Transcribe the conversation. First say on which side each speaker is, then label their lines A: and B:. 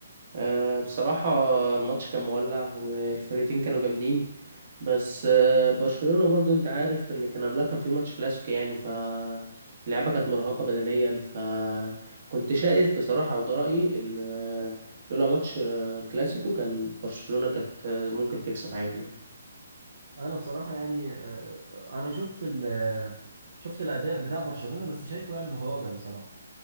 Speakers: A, on the right; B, on the right.
A: اه، بصراحة الماتش كان مولع والفرقتين كانوا جامدين بس اه، برشلونة برضو انت عارف ان كان قبلها كان في ماتش كلاسيكو يعني فاللعبة كانت مرهقة بدنيا فكنت شايف بصراحة وده رأيي ان اه، لولا ماتش اه، كلاسيكو كان برشلونة كانت اه، ممكن تكسب عادي يعني
B: انا بصراحة يعني آه، انا شفت ال شفت الاداء بتاع برشلونة بس شايفه يعني متواضع بصراحة